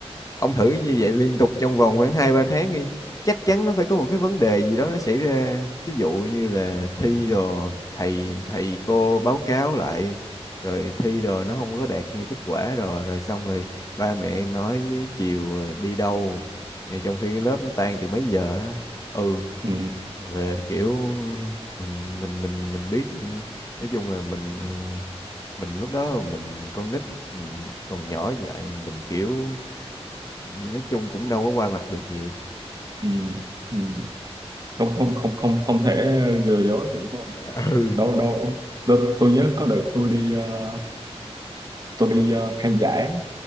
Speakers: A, on the left; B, on the right.
A: ông thử như vậy liên tục trong vòng khoảng hai ba tháng đi chắc chắn nó phải có một cái vấn đề gì đó nó xảy ra thí dụ như là thi đồ thầy thầy cô báo cáo lại rồi thi đồ nó không có đạt như kết quả đồ rồi xong rồi ba mẹ nói chiều à, đi đâu Ờ, trong khi cái lớp nó tan từ mấy giờ á. ừ
B: ừ,
A: về kiểu mình mình mình mình biết ừ, nói chung là mình ờ, mình lúc đó mình con nít mình còn nhỏ vậy mình kiểu nói chung cũng đâu có qua mặt được nhiều
B: ừ, ừ. không không không không không thể lừa dối được đúng không
A: <laughs> ừ
B: đâu đâu tôi, tôi nhớ có đợt tôi đi ờ, tôi đi ờ, khai giảng